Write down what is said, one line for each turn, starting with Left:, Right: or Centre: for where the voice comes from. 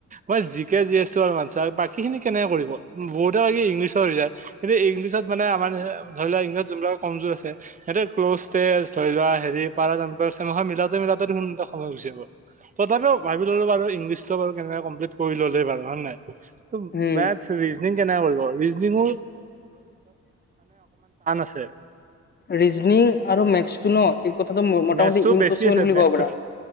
Right: মই জিকে জি এছো আৰু মানছে বাকী। সেই খিনি কেনেকে কৰিব বহুতে কয় কি ইংলিছৰ ৰিজাল্ট কিন্তু ইংলিছত মানে আমাৰ ধৰি লোৱা ইংলিছত যোনবিলাক। কমজোৰ আছে সিহঁতে ক্ৰ'জ। তেজ ধৰি লোৱা হেৰি পাৰা মিলাওঁতে মিলাওতে এটা সময় গুচি যাব তথাপিও ভাবিলো। বুলো বাৰু ইংলিছতো ভালকেনে কম্লিট কৰি ললে বাৰু হয় নে নাই? ত
Left: উম
Right: মেথছ, ৰিজনিং কেনেকে কৰিব, ৰিজনঙৰ আছে
Left: ৰিজনিং আৰু মেথছটো ন। এই কথাটো মোটামুটি
Right: মেথছটো
Left: ইম্পচিবল
Right: বেছি আছে
Left: বুলি
Right: মেথছ
Left: ক'ব পাৰা।